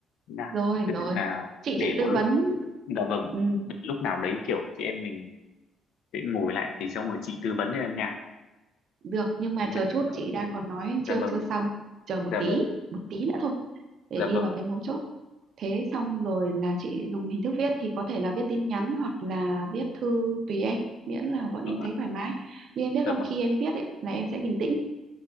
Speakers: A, on the left; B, on the right.
A: Thế là
B: rồi
A: thế
B: rồi
A: nên là
B: chị
A: để
B: chị tư
A: một lúc
B: vấn
A: dạ vâng
B: ừ,
A: để lúc nào đấy kiểu chị em mình sẽ ngồi lại thì xong rồi chị tư vấn cho em nha
B: Được nhưng mà
A: Còn
B: chờ
A: bây
B: chút
A: giờ
B: chị đang còn nói chưa
A: dạ vâng
B: chưa xong chờ một
A: dạ
B: tí
A: vâng
B: một tí nữa thôi để
A: dạ
B: đi
A: vâng
B: vào cái mấu chốt thế xong rồi là chị dùng hình thức viết thì có thể là viết tin nhắn hoặc là viết thư tùy em miễn là
A: dạ
B: bọn
A: vâng
B: em thấy
A: ạ,
B: thoải mái nhưng em biết
A: dạ
B: không
A: vâng
B: khi em viết ấy là em sẽ bình tĩnh